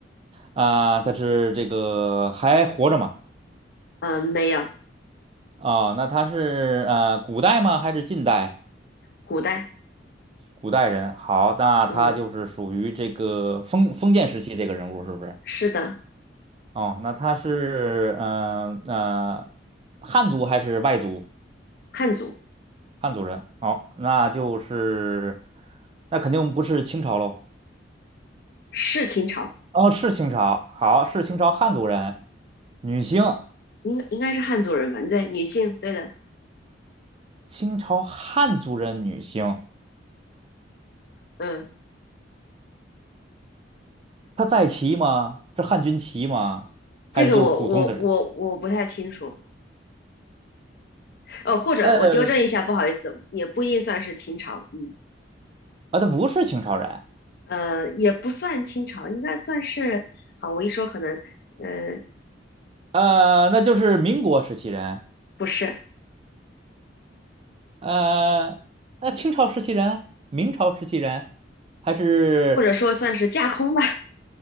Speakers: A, on the right; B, on the left.
A: 啊、他是这个还活着吗？
B: 嗯，没有，
A: 啊、那他是呃古代吗？还是近代？
B: 古代，
A: 古代人。好，那他就是属于这个封封建时期这个人物是不是？
B: 嗯，是的，
A: 哦，那他是嗯呃，呃汉族还是外族？
B: 汉族，
A: 汉族人。哦，那就是那肯定不是清朝喽。
B: 是秦朝，
A: 哦，是清朝。好，是清朝汉族人，女性。
B: 应应该是汉族人吧？对，女性，对的。
A: 清朝汉族人女性，
B: 嗯，
A: 她在旗吗？是汉军旗吗？还是就是普通的人？
B: 这个我我我我不太清楚。哦，或者我纠正一下，
A: 呃，
B: 不好意思，也不一定算是清朝。嗯，
A: 啊，她不是清朝人，
B: 呃，也不算清朝，应该算是。好，我一说可能，呃，
A: 呃，那就是民国时期人，
B: 不是，
A: 呃，那清朝时期人，明朝时期人，还是
B: 或者说算是架空吧。